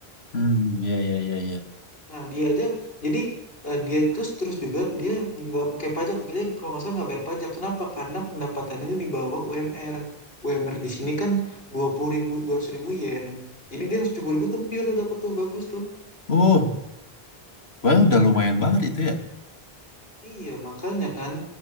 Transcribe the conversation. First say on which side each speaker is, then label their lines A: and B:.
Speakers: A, on the left; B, on the left.
A: Hmm, ya ya ya ya
B: Nah, dia aja jadi eh, dia terus terus juga dia nggak pakai pajak. Dia kalau nggak salah nggak bayar pajak. Kenapa? Karena pendapatannya itu di bawah UMR. UMR di sini kan dua puluh ribu, dua ribu yen. Jadi dia seratus ribu tuh pure dapat tuh bagus tuh.
A: Uh, well, udah lumayan banget itu ya.
B: Iya makanya kan.